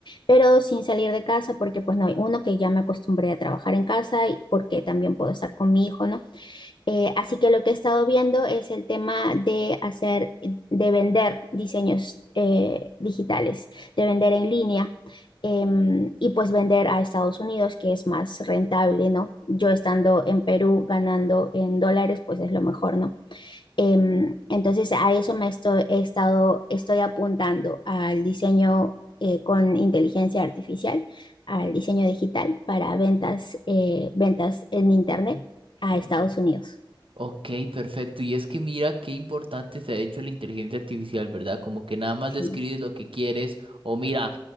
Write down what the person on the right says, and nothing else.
Ok, perfecto. Y es que mira qué importante se ha hecho la inteligencia artificial, ¿verdad? Como que nada más
describes lo que quieres o mira,